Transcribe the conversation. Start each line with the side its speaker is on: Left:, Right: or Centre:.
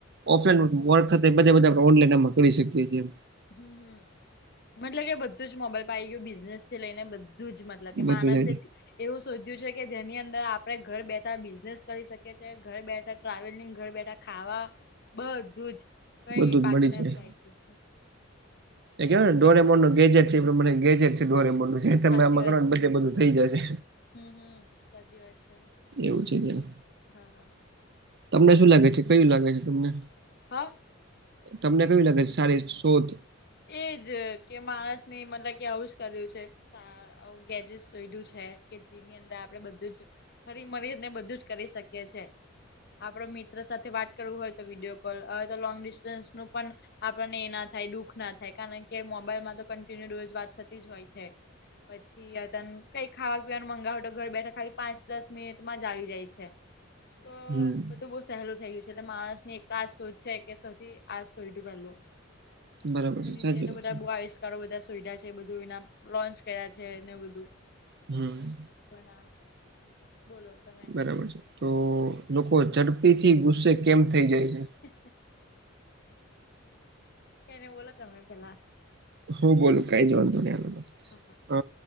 Right: ઓફલાઈન
Left: બધું
Right: વખતે બધા બધા આપણે ઓનલાઈન એમાં કરી શકીએ છીએ.
Left: હમ્મ હમ્મ એટલે કે બધું જ મોબાઈલ પાઇ ગયું બિઝનેસ થી લઈને બધું જ મતલબ કે
Right: બધું
Left: માણસ
Right: જ
Left: એ એવું શોધ્યું છે કે જેની અંદર આપડણે ઘર બેઠા બિઝનેસ કરી શકીએ છીએ ઘર બેઠા ટ્રાવેલિંગ ઘર બેઠા ખાવા બધું જ કઈ
Right: બધું જ
Left: બાકી
Right: મળી
Left: નથી
Right: જાય
Left: રાખ્યુ
Right: એ કેવાય ડોરેમર નું ગેજેટ છે એ પ્રમા ગેજેટ છે ડોરેમ નું તમે
Left: સાચી
Right: આમાં
Left: વાત
Right: ગણ
Left: છે
Right: બધે બધું થઈ જશે.
Left: હમ હમ સાચી વાત છે, એમ
Right: એવું છે કેનુ
Left: હા હા
Right: તમને શું લાગે છે કયું લાગે છે, તમને
Left: હા
Right: તમને કેવી લાગે છે, સારી શોધ
Left: એજ કે માણસ ની મતલબ કે આવુંજ કર્યું છે. ગેજેટ જોઈું છે, કે જેની અંદર આપડે બધું જ ફરી મળરી ને બધું જ કરી શકીએ છે. આપડો મિત્ર સાથે વાત કરવું હોય, તો વિડીયો કોલ હવે તો લોંગ ડિસ્ટન્સ નું પણ આપનેય ના થાય દુઃખ ના થાય કારણ કે મોબાઈલમાં તો કન્ટિન્યુ રોજ વાત થતી જ હોય છે પછી અ ત કઈ ખાવા પીવાનું મગાવ તો ઘર બેઠા ખાલી પાંચ દસ મિનિટમાં જ આવી જાય છે. તો
Right: હમ
Left: બધું બહુ સહેલું થઈ ગયું છે એટલે માણસ ની એક આજ સોધ છે એક સૌથી આ સોઈ પેલું-
Right: બરાબર છે
Left: એની
Right: સાચી
Left: સ તો
Right: વાત
Left: બધા
Right: છે
Left: બુ આવિષ્કારો બધા સુવિધા છે બધું એના લોન્ચ કરયા છે એને બધું
Right: હમ
Left: બના બોલો તમે
Right: બરાબર છે તો લોકો ઝડપી થી ગુસ્સે કેમ થઇ જાય છે?
Left: <inaudible> કેને બોલો તમે પેલા
Right: હું બોલુ કઈ જ વાંધો ન હાલો
Left: હાહા
Right: અ